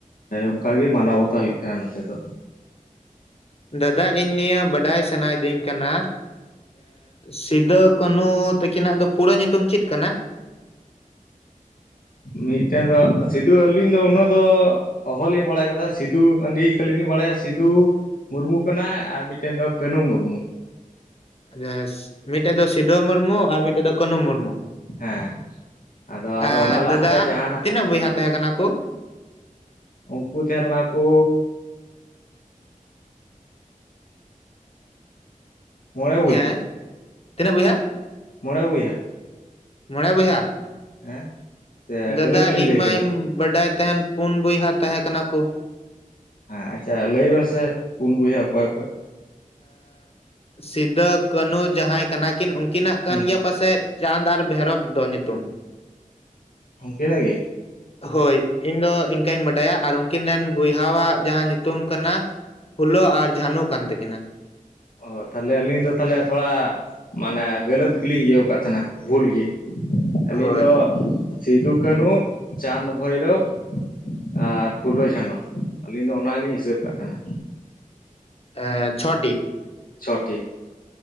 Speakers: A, on the left; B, on the left.
A: ᱚᱱᱠᱟ ᱜᱮ ᱢᱟᱱᱟᱣ ᱵᱟᱛᱟᱣ ᱦᱩᱭᱩᱜ ᱛᱟᱦᱮᱱᱟ ᱱᱚᱛᱮ ᱫᱚ᱾
B: ᱫᱟᱫᱟ ᱤᱧ ᱱᱤᱭᱟᱹ ᱵᱟᱰᱟᱭ ᱥᱟᱱᱟᱭᱤᱫᱤᱧ ᱠᱟᱱᱟ, ᱥᱤᱫᱩ ᱠᱟᱹᱱᱩ ᱛᱟᱹᱠᱤᱱᱟᱜ ᱫᱚ ᱯᱩᱨᱟᱹ ᱧᱩᱛᱩᱢ ᱪᱮᱫ ᱠᱟᱱᱟ?
A: ᱢᱤᱫᱴᱮᱱ ᱫᱚ ᱥᱤᱫᱩ ᱟᱹᱞᱤᱧ ᱫᱚ ᱩᱱᱟᱹᱜ ᱫᱚ ᱚᱦᱚᱞᱤᱧ ᱵᱟᱲᱟᱭ ᱠᱟᱫᱟ ᱥᱤᱫᱩ <unintelligible> ᱠᱷᱟᱞᱤ ᱞᱤᱧ ᱵᱟᱲᱟᱭᱟ ᱥᱤᱫᱩ ᱢᱩᱨᱢᱩ ᱠᱟᱱᱟᱭ, ᱟᱨ ᱢᱤᱫᱴᱮᱱ ᱫᱚ ᱠᱟᱹᱱᱩ ᱢᱩᱨᱢᱩ᱾
B: ᱡᱟᱦᱟᱭ ᱢᱤᱫᱴᱮᱡ ᱫᱚ ᱥᱤᱫᱟᱹ ᱢᱩᱨᱢᱩ ᱟᱨ ᱢᱤᱫᱴᱮᱡ ᱫᱚ ᱠᱟᱹᱱᱩ ᱢᱩᱨᱢᱩ᱾
A: ᱦᱮᱸ ᱟᱫᱚ ᱟᱫᱚ
B: ᱟᱨ
A: ᱚᱱᱟ ᱞᱟᱦᱟᱨᱮ
B: ᱫᱟᱫᱟ
A: ᱡᱟᱦᱟᱱᱟᱜ
B: ᱛᱤᱱᱟᱹᱜ ᱵᱚᱭᱦᱟ ᱛᱟᱦᱮᱸ ᱠᱟᱱᱟ ᱠᱩ?
A: ᱩᱱᱠᱩ ᱛᱟᱦᱮ ᱞᱮᱱᱟ ᱠᱩ ᱢᱚᱬᱮ
B: ᱦᱮᱸ ᱛᱤᱱᱟᱹᱜ ᱵᱚᱭᱦᱟ?
A: ᱢᱚᱸᱬᱮ ᱵᱚᱭᱦᱟ᱾
B: ᱢᱚᱬᱮ ᱵᱚᱭᱦᱟ
A: ᱦᱮᱸ ᱥᱮ
B: ᱫᱟᱫᱟ
A: ᱜᱟᱹᱞᱟᱹᱛ ᱞᱤᱧ
B: ᱤᱧ
A: ᱞᱟᱹᱭ
B: ᱢᱟᱧ
A: ᱠᱮᱫᱟ
B: ᱵᱟᱰᱟᱭ ᱛᱟᱦᱮᱱ ᱯᱩᱱ ᱵᱚᱭᱦᱟ ᱛᱟᱦᱮ ᱠᱟᱱᱟ ᱠᱚ᱾
A: ᱦᱮᱸ ᱟᱪᱪᱷᱟ ᱞᱟᱹᱭ ᱵᱮᱱ ᱥᱮ ᱯᱩᱱ ᱵᱚᱭᱦᱟ ᱚᱠᱚᱭ ᱚᱠᱚᱭ?
B: ᱥᱤᱫᱟᱹ ᱠᱟᱹᱱᱦᱩ ᱡᱟᱦᱟᱸᱭ ᱠᱟᱱᱟ ᱠᱤᱱ ᱩᱱ ᱩᱱᱠᱤᱱᱟᱜ ᱠᱟᱱ
A: ᱦᱩᱸ
B: ᱜᱮᱭᱟ ᱯᱟᱥᱮᱫ ᱪᱟᱸᱫᱽ ᱟᱨ ᱵᱷᱮᱨᱚᱵᱷ ᱫᱚ ᱧᱩᱛᱩᱢ᱾
A: ᱩᱱᱠᱤᱱᱟᱜ ᱜᱮ?
B: ᱦᱳᱭ, ᱤᱧ ᱫᱚ ᱤᱱᱠᱟᱹᱧ ᱵᱟᱰᱟᱭᱟ, ᱟᱨ ᱩᱱᱠᱤᱱ ᱨᱮᱱ ᱵᱚᱭᱦᱟᱣᱟᱜ ᱡᱟᱦᱟᱸ ᱧᱩ ᱛᱩᱝ ᱠᱟᱱᱟ ᱯᱷᱩᱞᱳ ᱟᱨ ᱡᱷᱟᱱᱩ ᱠᱟᱱ ᱛᱟᱹᱠᱤᱱᱟ᱾
A: ᱚ ᱛᱟᱦᱚᱞᱮ ᱟᱹᱞᱤᱧ ᱫᱚ ᱛᱟᱦᱚᱞᱮ ᱛᱷᱚᱲᱟ ᱢᱟᱱᱮ ᱜᱟᱹᱞᱟᱹᱛ ᱜᱮᱞᱤᱧ ᱤᱭᱟᱹᱣ ᱟᱠᱟᱫ ᱛᱟᱦᱮᱱᱟ, ᱵᱷᱩᱞ ᱜᱤ ᱟᱹᱞᱤᱧ
B: ᱦᱳᱭ
A: ᱫᱚ ᱥᱤᱫᱩ, ᱠᱟᱹᱱᱦᱩ, ᱪᱟᱸᱫᱽ, ᱵᱷᱳᱨᱚᱵᱽ ᱟᱨ ᱯᱷᱩᱞᱳ, ᱡᱷᱟᱱᱚ ᱟᱹᱞᱤᱧ ᱫᱚ ᱚᱱᱟ ᱞᱤᱧ ᱦᱤᱥᱟᱹᱵ ᱠᱟᱜ ᱛᱟᱦᱮᱱᱟ᱾
B: ᱮ ᱪᱷᱚᱴᱤ᱾
A: ᱪᱷᱚᱴᱤ